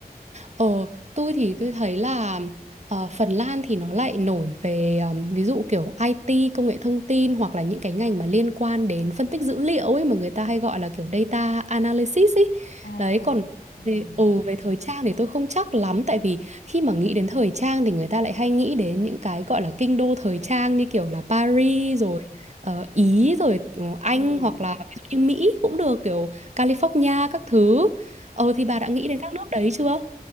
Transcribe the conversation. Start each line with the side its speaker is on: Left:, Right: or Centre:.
Right: Ờ, tôi thì tôi thấy là ờ, Phần Lan thì nó lại nổi về ờm, ví dụ kiểu IT, công nghệ thông tin hoặc là những cái ngành mà liên quan đến phân tích dữ liệu ấy mà người ta hay gọi là kiểu data analysis ấy.
Left: À,
Right: Đấy còn
Left: ừm,
Right: về ừ về thời trang thì tôi không chắc lắm tại vì khi mà nghĩ đến thời trang thì người ta lại hay nghĩ đến những cái gọi là kinh đô thời trang như kiểu là Paris
Left: ừ
Right: rồi ờ, Ý rồi ừ, Anh
Left: ừ.
Right: hoặc là ví dụ như Mỹ cũng được kiểu California các thứ. Ờ thì
Left: ừ
Right: bà đã nghĩ đến các nước đấy chưa?